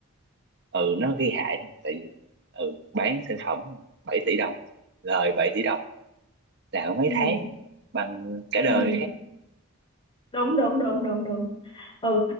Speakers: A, on the right (about 55°); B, on the left (about 25°).
A: ừ nó gây hại luôn tại vì ừ bán sản phẩm bảy tỷ đồng lời 7 tỷ đồng là mấy
B: ừ
A: tháng bằng cả
B: ừ
A: đời khác
B: đúng đúng đúng đúng đúng ừ